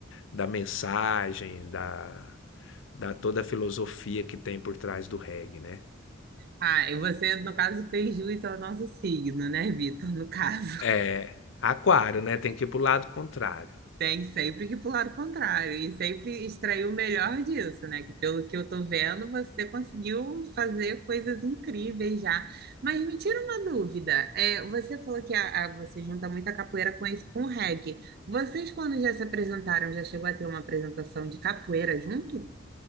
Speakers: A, on the left; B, on the right.
A: da mensagem, da, da toda a filosofia que tem por trás do reggae, né?
B: Ah, e você, no caso, fez jus ao nosso signo, né, Vitor, no caso.
A: É, aquário, né, tem que ir para o lado contrário.
B: Tem sempre que pular lado contrário e sempre extrair o melhor disso, né? Que pelo que eu tô vendo, você conseguiu fazer coisas incríveis já. Mas me tira uma dúvida. É, você falou que a, a- você junta muita capoeira com esse, com o reggae. Vocês, quando já se apresentaram, já chegou a ter uma apresentação de capoeira junto?